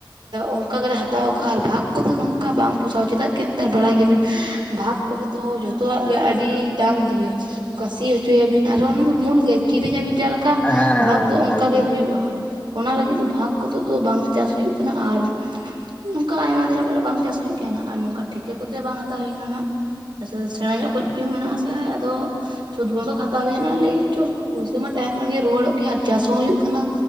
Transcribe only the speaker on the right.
ᱚᱱᱠᱟ ᱜᱮᱞᱮ ᱦᱟᱛᱟᱣ ᱠᱟᱜᱼᱟ᱾ ᱟᱨ ᱵᱷᱟᱜᱽ ᱠᱚᱫᱚ ᱱᱚᱝᱠᱟ ᱵᱟᱝ ᱯᱳᱥᱟᱣᱟ ᱪᱮᱫᱟᱜ ᱠᱤ ᱱᱮᱛᱟᱨ ᱵᱟᱲᱟᱭ ᱜᱮᱭᱟᱵᱤᱱ ᱵᱷᱟᱜᱽ ᱠᱚᱨᱮ ᱫᱚ ᱡᱚᱛᱚᱣᱟᱜ ᱜᱮ ᱟᱹᱰᱤ ᱫᱟᱢ ᱫᱤᱭᱮ ᱚᱸᱠᱟ ᱥᱤ ᱦᱚᱪᱚᱭᱟᱵᱤᱱ ᱟᱨᱦᱚᱸ ᱚᱱᱟ ᱫᱚ ᱢᱩᱞ ᱜᱮ ᱠᱤᱨᱤᱧᱟᱵᱤᱱ ᱡᱟᱦᱟ ᱞᱮᱠᱟ
ᱵᱷᱟᱜᱽ ᱫᱚ ᱚᱱᱠᱟ
ᱜᱮ ᱦᱩᱭᱩᱜᱼᱟ᱾ ᱚᱱᱟ ᱞᱟᱹᱜᱤᱫ ᱫᱚ ᱵᱷᱟᱜᱽ ᱠᱚᱫᱚ ᱫᱚ ᱵᱟᱝ ᱪᱟᱥ ᱦᱩᱭᱩᱜ ᱠᱟᱱᱟ᱾ ᱟᱨ ᱱᱚᱝᱠᱟ ᱟᱭᱢᱟ ᱫᱤᱱ ᱵᱚᱞᱮ ᱵᱟᱝ ᱪᱟᱥ ᱦᱩᱭᱩᱜ ᱜᱮᱭᱟ ᱦᱟᱸᱜ᱾ ᱟᱨ ᱱᱚᱝᱠᱟ ᱴᱷᱤᱠᱟᱹ ᱠᱚᱛᱮ ᱵᱟᱝ ᱦᱟᱛᱟᱣ ᱦᱩᱭ ᱠᱟᱱᱟ ᱦᱟᱸᱜ᱾ ᱟᱪᱪᱷᱟ ᱥᱮᱬᱟ ᱧᱚᱜ ᱠᱚᱡ
ᱜᱮ ᱢᱮᱱᱟᱜ ᱟᱥᱮ ᱟᱫᱚ ᱥᱩᱫᱷ ᱵᱚᱱᱫᱚᱠ ᱦᱟᱛᱟᱣ ᱦᱩᱭᱱᱟ ᱞᱟᱹᱭ ᱪᱚ ᱯᱚᱭᱥᱟ ᱢᱟ ᱛᱟᱦᱮᱱ ᱠᱟᱱ ᱜᱮᱭᱟ ᱨᱩᱣᱟᱹᱲᱚᱜ ᱜᱮᱭᱟ ᱟᱨ ᱪᱟᱥ ᱦᱚᱸ ᱦᱩᱭᱩᱜ ᱠᱟᱱᱟ᱾